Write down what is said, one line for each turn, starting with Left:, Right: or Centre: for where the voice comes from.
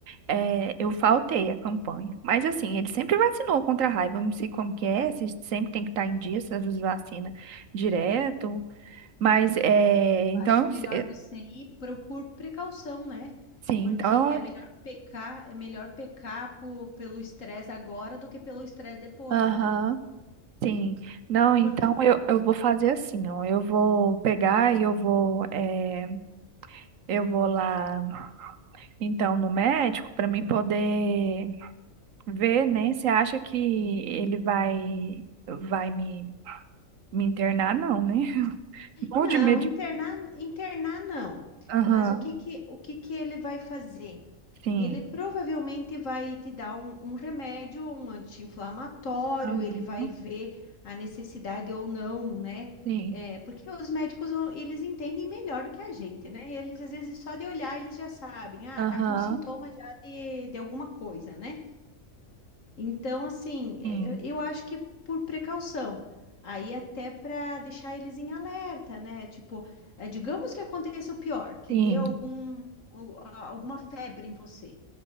Right: eh, eu faltei a campanha. Mas assim,
Left: é.
Right: ele sempre vacinou contra a raiva. Eu não sei como que é, se sempre tem que estar em dias, se as vacina direto. Mas, é, então,
Left: acho melhor
Right: eu se- eh,
Left: você ir pro- por precaução, né?
Right: sim,
Left: Porque
Right: então,
Left: é
Right: eu-
Left: melhor pecar, é melhor pecar po- pelo estresse agora do que pelo estresse depois,
Right: aham.
Left: né?
Right: Sim, não, então
Left: Porque
Right: eu, eu vou fazer assim, ó. Eu vou pegar e eu vou, eh, eu vou lá. então no médico para mim poder ver, né? Você acha que ele vai vai me, me internar? Não, né? <laughs> Ou
Left: não,
Right: de medo
Left: internar,
Right: de...
Left: internar não.
Right: Aham,
Left: Mas o que que, o que que ele vai fazer?
Right: sim.
Left: Ele provavelmente vai te dar um, um remédio, um anti-inflamatório,
Right: Aham,
Left: ele vai ver a necessidade ou não, né?
Right: sim.
Left: É, porque os médicos, vão- eles entendem melhor do que a gente, né? Eles, às vezes, só de olhar, eles já sabem, ah,
Right: Aham,
Left: tá com sintoma já de, de alguma coisa, né? Então, assim, é,
Right: sim.
Left: eu eu acho que por precaução. Aí até para deixar eles em alerta, né? Tipo, é, digamos que aconteça o pior, que
Right: Sim.
Left: dê algum, al- alguma febre em você.